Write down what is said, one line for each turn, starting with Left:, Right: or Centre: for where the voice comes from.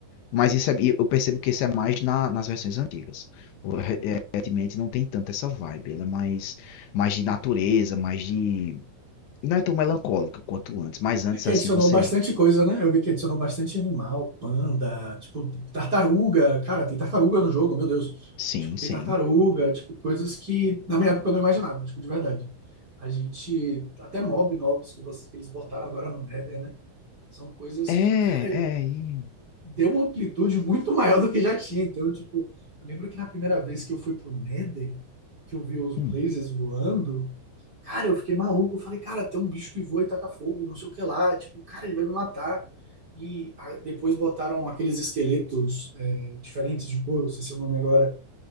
Left: Mas isso é- eu percebo que isso é mais na- nas versões antigas. O- é, Recentemente não tem tanto essa vibe. Ela é mais, mais de natureza, mais de. Não é tão melancólica quanto antes. Mas antes,
Right: É que
Left: assim,
Right: adicionou
Left: você.
Right: bastante coisa, né? Eu vi que adicionou bastante animal, panda, tipo, tartaruga. Cara, tem tartaruga no jogo, meu Deus.
Left: Sim,
Right: Tipo,
Left: sim.
Right: tem tartaruga, tipo, coisas que na minha época eu não imaginava, tipo, de verdade. A gente, até mob novos que vocês que eles botaram agora no Nether, né? São coisas
Left: É,
Right: que, cara,
Left: é. e-
Right: deu uma amplitude muito maior do que já tinha. Então, tipo, eu lembro que na primeira vez que eu fui pro Nether, que eu vi os blazers
Left: hum.
Right: voando, cara, eu fiquei maluco. Eu falei, cara, tem um bicho que voa e taca fogo, não sei o que lá. Tipo, cara, ele vai me matar. E ah, depois botaram aqueles esqueletos é, diferentes de couro, não sei se é o nome agora.